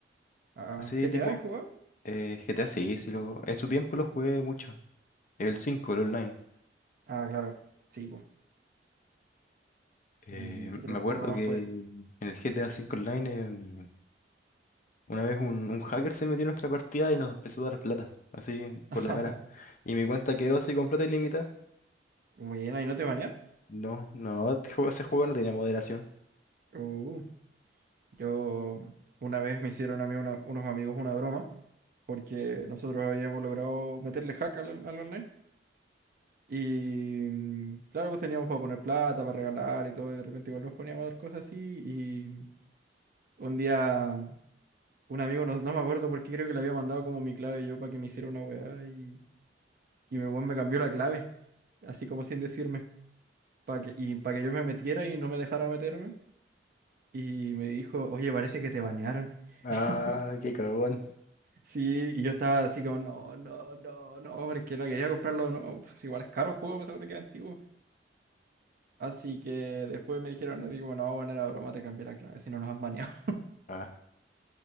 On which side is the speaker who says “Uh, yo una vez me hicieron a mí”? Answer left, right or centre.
Right